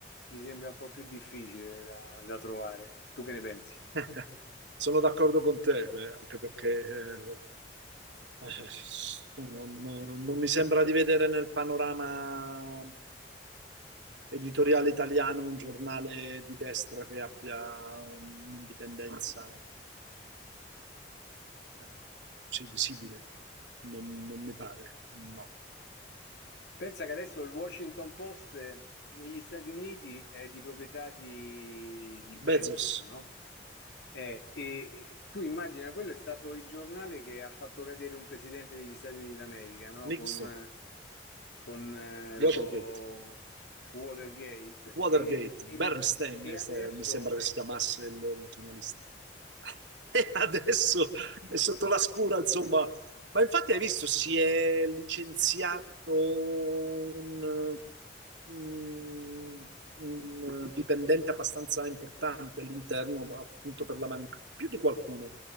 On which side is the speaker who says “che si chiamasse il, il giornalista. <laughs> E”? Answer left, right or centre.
Right